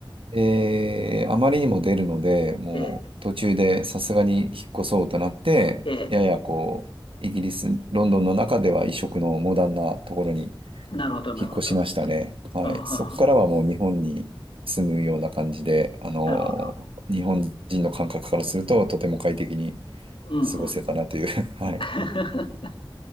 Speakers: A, on the right; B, on the left.
A: で、あまりにも出るので、もう途中でさすがに引っ越そうとなって、
B: ええ、ええ、
A: ややこう、イギリス、ロンドンの中では異色のモダンなところに
B: なるほど、なるほど。
A: 引っ越しましたね。はい。
B: あははは
A: そこからはもう日本に住むような感じで、あのー、
B: なるほど。
A: 日本人の感覚からするととても快適に
B: うんうん。
A: 過ごせたなという <laughs>、はい、
B: <laughs>